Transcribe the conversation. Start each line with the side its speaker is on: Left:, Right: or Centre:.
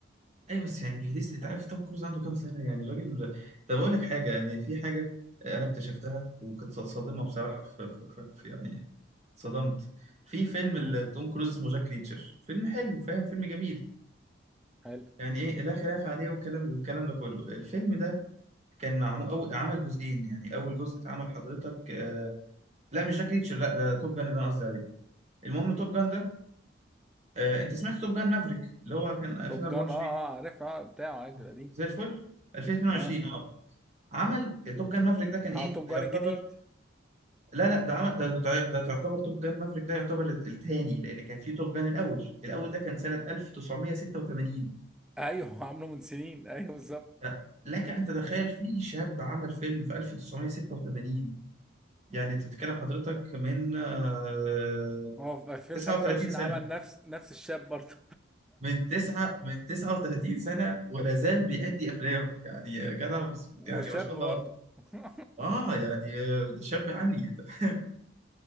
Right: ايوه بس يعني في لسه انت عارف توم كروز عنده كام سنة يعني الراجل طب اقول لك حاجة يعني في حاجة انا اكتشفتها وكنت صادمة بصراحة في, في, في, في يعني صدمت في فيلم ال-
Centre: مم.
Right: توم كروز اسمه جاك ريتشر فيلم حلو فاهم فيلم جميل
Centre: حلو
Right: يعني ايه لا خلاف عليه والكلام والكلام ده كله الفيلم ده كان معمول أول عمل جزئين يعني اول جزء اتعمل حضرتك آه لا مش جاك ريتشر لا ده توب جان اللي انا قصدي عليه المهم توب جان ده آه، انت سمعت توب جان مافريك اللي هو كان 2024
Centre: توب جان اه اه عارف اه بتاعه عادي
Right: آه،
Centre: القديم
Right: زي الفل 2022
Centre: اه
Right: اه عمل توب جان مافريك ده كان ايه
Centre: اه توب
Right: ده
Centre: جان
Right: يعتبر
Centre: الجديد
Right: لا لا ده عمل ده ده, ده تعتبر توب جان مافريك ده يعتبر الثاني لان كان في توب جان الاول الاول ده كان سنة 1986
Centre: ايوه <laughs> عامله من سنين ايوه بالظبط
Right: ف- لك ان تتخيل في شاب عمل فيلم في 1986 يعني تتكلم حضرتك من آه،
Centre: هو في 2025
Right: 39 سنة
Centre: عمل نفس نفس الشاب برضه
Right: من تسعة من 39 سنة ولا زال بيأدي أفلام يعني يا جدع بس
Centre: <laughs>
Right: يعني
Centre: وشاب
Right: ما شاء الله
Centre: برضه <laughs>
Right: اه يعني آه، ده شاب عني <laughs>